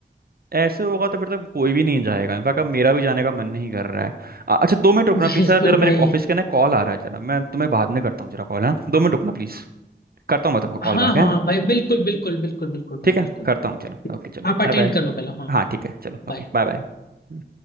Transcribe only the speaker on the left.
<laughs> बिल्कुल
भाई
हाँ
हाँ
भाई बिल्कुल बिल्कुल बिल्कुल बिल्कुल भाई
बिल्कुल
आप अटेंड
कर लो पहले हाँ
bye.